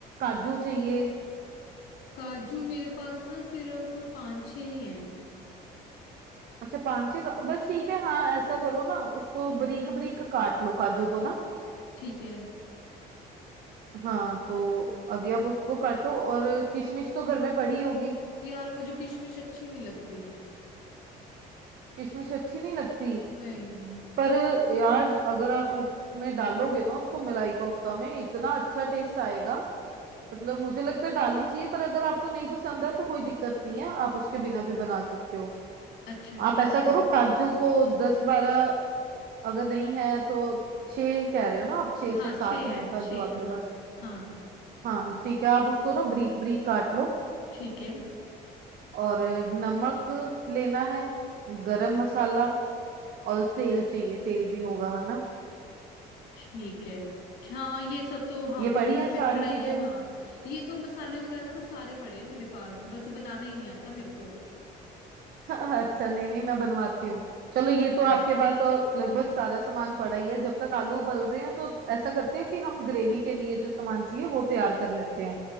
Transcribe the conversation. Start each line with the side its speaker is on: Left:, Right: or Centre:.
Right: काजू चाहिए
Left: काजू मेरे पास ना सिर्फ पांच छह ही हैं
Right: अच्छा पांच छह का बस ठीक है हाँ ऐसा करो ना उसको बरीक बरीक काट लो काजू को ना
Left: ठीक है
Right: हाँ तो अभी आप उसको काटो और किशमिश तो घर में पड़ी होगी
Left: यार मुझे किशमिश अच्छी नहीं लगती
Right: किशमिश अच्छी नहीं लगती
Left: नहीं
Right: पर यार अगर आप उसमें डालोगे ना उसको मलाई कोफ्ता में इतना अच्छा टेस्ट आएगा मतलब मुझे लगता है डालनी चाहिए पर अगर आपको नहीं पसंद है तो कोई दिक्कत नहीं है आप उसके बिना भी बना सकते हो
Left: अच्छा ठीक
Right: आप ऐसा
Left: है
Right: करो काजू को दस बारह अगर नहीं है तो छह कह रहे हो ना आप छह
Left: हाँ
Right: से सात
Left: छह
Right: हैं
Left: है
Right: काजू
Left: छह
Right: आपके
Left: है हाँ
Right: पास
Left: हाँ
Right: हाँ ठीक है आप उसको ना ब्रीक ब्रीक काट लो
Left: ठीक है
Right: और नमक लेना है गरम मसाला और तेल चाहिए तेल भी होगा है ना
Left: ठीक है हाँ ये सब तो हाँ
Right: ये
Left: मेरे
Right: पड़ी
Left: घर
Right: है सारी
Left: पे पड़ा ही
Right: चीजें
Left: है हाँ ये तो मसाले वगैरह तो सारे पड़े हैं मेरे पास बस बनाना ही नहीं आता मेरे को
Right: <laughs> अच्छा नहीं नहीं मैं बनवाती हूँ चलो ये तो
Left: हाँ
Right: आपके पास और लगभग सारा सामान पड़ा ही है जब तक आलू उबल रहे हैं तो ऐसा करते हैं कि हम ग्रेवी के लिए जो सामान चाहिए वो तैयार कर लेते हैं